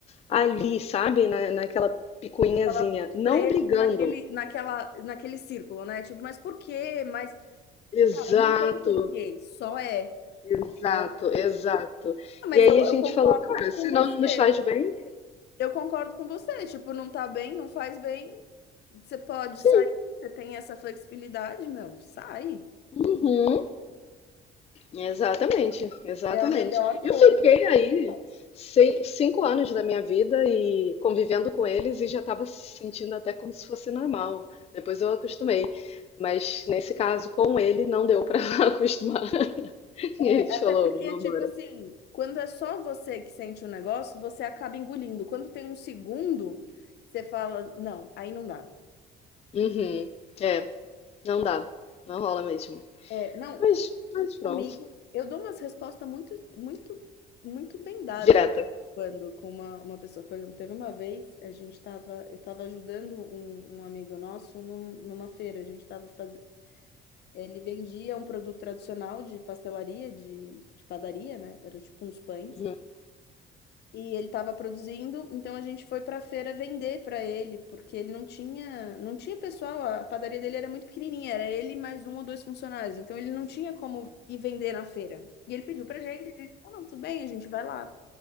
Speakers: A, on the left; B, on the left.
A: ali, sabe? Na, naquela picuinhazinha,
B: Tava
A: não
B: preso
A: brigando.
B: naquele, naquela, naquele círculo, né? Tipo, mas por quê? Mas
A: Exato,
B: Não tem porquê, só é,
A: exato,
B: entendeu?
A: exato.
B: Ah, Mas
A: E aí
B: eu, eu
A: a gente
B: concordo
A: falou, cara, se
B: com você.
A: não nos faz bem,
B: Eu concordo com você. Tipo, não tá bem, não faz bem. Você pode
A: sim.
B: sair, você tem essa flexibilidade, meu, sai.
A: Uhum, exatamente, exatamente.
B: É a melhor
A: Eu
B: coisa
A: fiquei
B: que
A: aí
B: faz.
A: sei- cinco anos da minha vida e convivendo com eles e já estava se sentindo até como se fosse normal. Depois eu acostumei. Mas nesse caso, com ele, não deu para <laughs> acostumar. <laughs>
B: É,
A: E ele te
B: até
A: falou,
B: porque,
A: vambora.
B: tipo assim, quando é só você que sente o negócio, você acaba engolindo. Quando tem um segundo, você fala, não, aí não dá.
A: Uhum. É, não dá. Não rola mesmo.
B: É, não,
A: Mas, mas pronto.
B: Comigo, eu dou umas respostas muito, muito, muito bem dadas
A: Direta.
B: de vez em quando com uma, uma pessoa. Por exemplo, teve uma vez, a gente estava, eu estava ajudando um, um amigo nosso num- numa feira. A gente estava fazendo. Ele vendia um produto tradicional de pastelaria, de, de padaria, né? Era tipo uns pães
A: Uhum.
B: e ele estava produzindo, então a gente foi para a feira vender para ele, porque ele não tinha, não tinha pessoal, a padaria dele era muito pequenininha, era ele mais um ou dois funcionários, então ele não tinha como ir vender na feira. E ele pediu pra gente, a gente falou, não, tudo bem, a gente vai lá.